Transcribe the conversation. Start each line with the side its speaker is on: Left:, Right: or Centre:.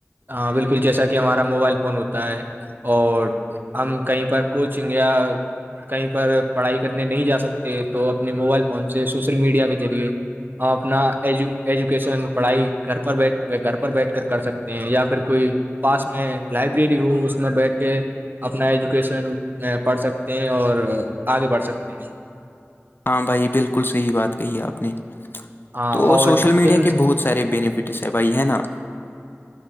Right: ہاں بالکل اسکل جیسا کہ ہمارا موبائل فون ہوتا ہے اور ہم کہیں پر کوچنگ یا کہیں پر پڑھائی کرنے نہیں جا سکتے تو اپنے موبائل فون سے سوشل میڈیا کے ذریعے ہم اپنا ایجو ایجوکیشن پڑھائی گھر پر بیھ گھر پر بیٹھ کر کر سکتے ہیں یا پھر کوئی پاس میں لائبریری ہو اس میں بیٹھ کے اپنا ایجوکیشن پڑھ سکتے ہیں اور آگے بڑھ سکتے ہیں
Left: ہاں بھائی بالکل صحیح بات کہی آپ نے
Right: ہاں
Left: تو
Right: اور
Left: سوشل میڈیا
Right: ان
Left: کے
Right: سے
Left: بہت سارے بینیفٹس ہیں بھائی ہے نا